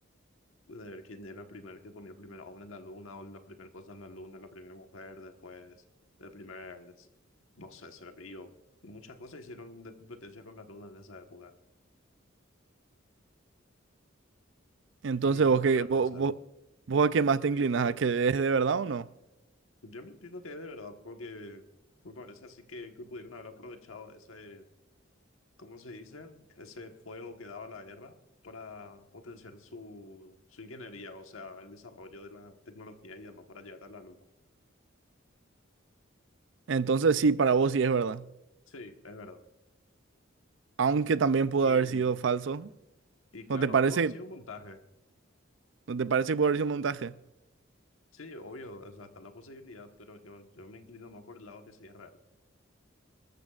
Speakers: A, on the left; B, on the right.
A: de ver quién era el primer que ponía el primer hombre en la luna o la primera cosa en la luna, la primera mujer, después el primer, es- no sé, ser vivo. Muchas cosas hicieron de competencia con la luna en esa época.
B: Entonces,
A: Y
B: ¿vos, qué,
A: otra
B: vos,
A: cosa,
B: vos, vos a qué más te
A: sí,
B: inclinas?
A: decime,
B: ¿A que es de verdad o no?
A: yo me entiendo que es de verdad, porque me parece así que, que pudieron haber aprovechado ese, ¿cómo se dice? Ese fuego que daba la guerra para potenciar su, su ingeniería, o sea, el desarrollo de la tecnología y demás para llegar a la luna.
B: Entonces sí, para vos sí es verdad.
A: Sí, es verdad.
B: Aunque también pudo
A: Y
B: haber sido falso.
A: Y claro,
B: ¿No te parece,
A: pudo haber sido un montaje.
B: no te parece que puede haber sido un montaje?
A: Sí, obvio, o sea, está la posibilidad, pero yo, yo me inclino más por el lado que sea real.